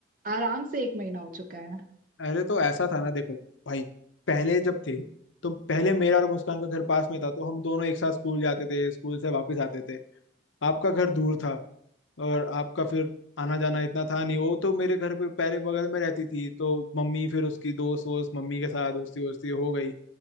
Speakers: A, on the right (about 45°); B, on the left (about 75°).
A: आराम से एक महीना हो चुका है
B: अरे तो ऐसा था ना देखो भाई पहले जब थे तो पहले मेरा और मुस्कान का घर पास में था तो हम दोनों एक साथ स्कूल जाते थे स्कूल से वापस आते थे आपका घर दूर था और आपका फिर आना जाना इतना था नहीं वो तो मेरे घर पे पहले बगल में रहती थी तो मम्मी फिर उसकी दोस्त वोस्त मम्मी के साथ दोस्ती वोस्ती हो गई